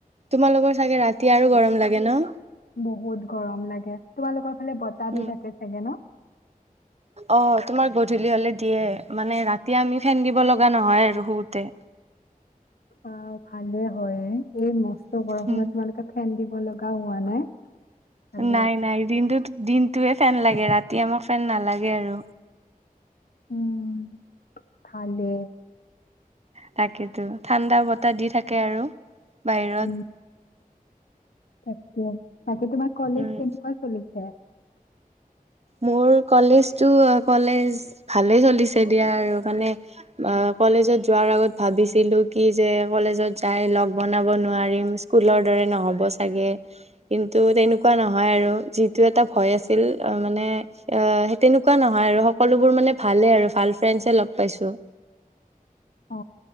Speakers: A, on the right; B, on the left.
A: তোমালোকৰ চাগে ৰাতি আৰু গৰম লাগে ন।
B: বহুত গৰম লাগে তোমালোকৰ ফালে বতাহ
A: উম
B: দি থাকে চাগে ন?
A: অ তোমাৰ গধূলি হলে দিয়ে মানে ৰাতি আমি ফেন দিব লগা নহয় আৰু শু তে।
B: অ ভালে হয়। এই মস্ত গৰমত
A: উম।
B: তোমালোকে ফেন দি। লগা হোৱা নাই। ভালে
A: নাই নাই দিনটো দিনটোয়ে ফেন লাগে ৰাতি। এতিয়া মোৰ ফেন নালাগে আৰু
B: উম। ভালে
A: তাকেইেতো ঠাণ্ডা বতাহ দি থাকে আৰু বাহিৰত।
B: উম তাকে তাকে তোমাৰ কলেজ
A: উম,
B: তেনেকুৱা চলিছে?
A: মোৰ কলেজটো কলেজ ভালেই চলিছে দিয়া আৰু মানে কলেজত যোৱাৰ আগত ভাবিছিলো কি যে কলেজত যাই লগ বনাব নোৱাৰিম, স্কুলৰ দৰে নহ'ব চাগে কিন্তু তেনেকুৱা নহয় আৰু যিটোৱে এটা ভয় আছিল মানে, সেই তেনেকুৱা নহয় আৰু সকলোবোৰ মানে ভাল আৰু ভাল ফ্ৰেণ্ড লগ পাইছো।
B: অ